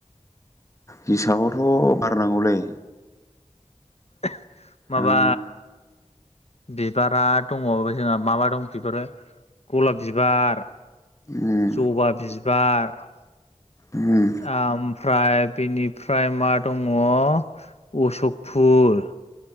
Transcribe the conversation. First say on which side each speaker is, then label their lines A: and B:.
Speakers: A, on the left; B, on the left.
A: हिसाबावथ' बारनांगौलै।
B: <inaudible> माबा
A: आं
B: बिबारा दङ जोंहा माबा दं बिफोरो गलाब बिबार
A: उम
B: जबा बिबार <inaudible>
A: उम
B: आ ओमफ्राय बेनिफ्राय मा दङ अशकफूल